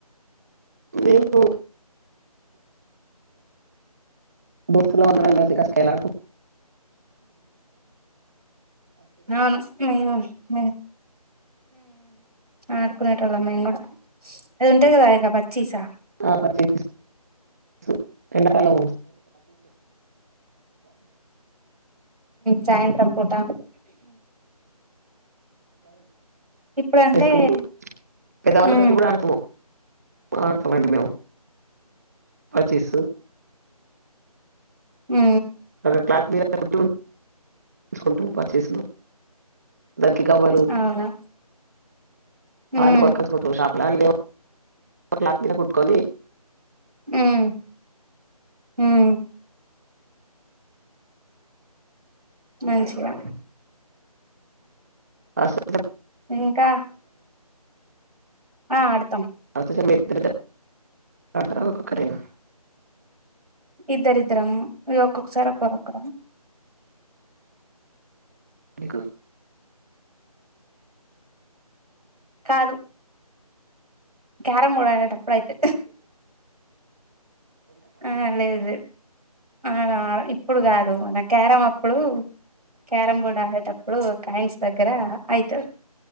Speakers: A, on the right; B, on the right.
A: మేము దోస్తలు మన్న రంగాతే కస కాయలా అట <inaudible>
B: అవును మీను మ అడుకునేట వాళ్ళం మేము కూడా అది ఉంటాది కదా ఇక పచ్చిసా
A: ఆ పచ్చిసా రెండ పాలం
B: సాయంత్రం పూట ఇప్పుడంటే
A: చేసుకుంట పెద్దవాళ్ళతో
B: హ్మ్
A: కూడా అడుతవో ఆడుతామండి మేము చేసు
B: మ్మ్
A: ఒక క్లాత్ మీద కుట్టికుంటూ ప చేసా దకి గావాలు
B: అవునా హ్మ్
A: <inaudible> లా ఇఓ క్లాక్ మీద కుట్టుకొని <inaudible>
B: హ్మ్ హ్మ్ మంచిగా
A: అ స
B: ఇంకా ఆ ఆడతాం
A: అ మైత్ర్రి రా కక్కరేనా
B: ఇద్దరుద్దరమ్మ ఇ ఒక్కొసారి ఒక్కరొకరం
A: ఇకు
B: కాదు క్యరమ్ బోర్డు అడ్డే తప్పుడు అయితే ఆ లేదు అవునా ఇప్పుడు కాదు నా క్యారం అప్పుడు క్యారం బోర్డ్ ఆడేటప్పుడు కాైన్స్ దగ్గర అయితాడు